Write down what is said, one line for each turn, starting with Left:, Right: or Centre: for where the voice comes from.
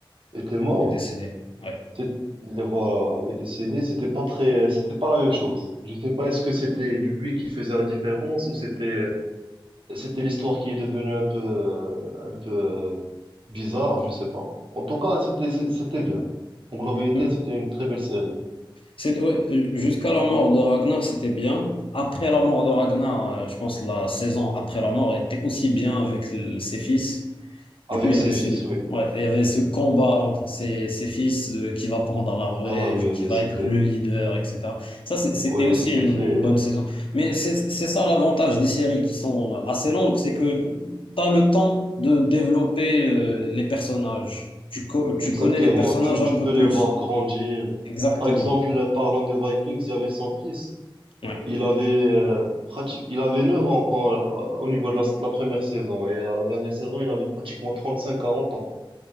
Right: était mort.
Left: Il est décédé. Ouais.
Right: C'est- Le, voilà, est décédé. C'était pas très, c'était pas la même chose. Je sais pas, est-ce que c'était lui qui faisait la différence ou c'était, c'était l'histoire qui est devenue un peu, euh, un peu euh, bizarre, je sais pas. En tout cas, c'était, c'était bien. En globalité,
Left: Hmm.
Right: c'était une très belle série.
Left: C'est, ouais, euh, jusqu'à la mort de Ragnar, c'était bien. Après la mort de Ragnar, euh, je pense que la saison après la mort était aussi bien avec l- ses fils.
Right: Avec
Left: Du coup, il y
Right: ses
Left: avait
Right: fils,
Left: ce,
Right: oui.
Left: ouais, il y avait ce combat entre ses, ses fils de qui va prendre la relève,
Right: Ah oui,
Left: qui va
Right: c'était,
Left: être le leader, etc. Ça, c'est- c'était
Right: oui,
Left: aussi
Right: c'était
Left: une,
Right: très,
Left: une bonne saison. Mais c'est c'est ça l'avantage des séries qui sont assez longues, c'est que tu as le temps de développer euh, les personnages. Tu, co- tu
Right: Exactement,
Left: connais les personnages
Right: tu,
Left: un
Right: tu
Left: peu
Right: peux
Left: plus.
Right: les voir grandir.
Left: Exactement.
Right: Par exemple, parlant des Vikings, il y avait son fils.
Left: Ouais,
Right: Il avait, euh, prati- il avait 9 ans quand, euh, au niveau de la, la première saison. Et à la dernière saison, il avait pratiquement trente cinq quarante ans.